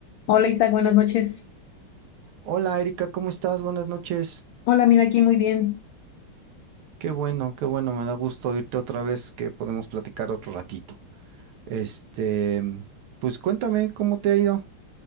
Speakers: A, on the left; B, on the right.
A: Hola Isaac, buenas noches.
B: Hola Erika, ¿cómo estás? Buenas noches.
A: Hola, mira aquí muy bien.
B: Qué bueno, qué bueno, me da gusto oírte otra vez que podemos platicar otro ratito. Este, pues cuéntame cómo te ha ido.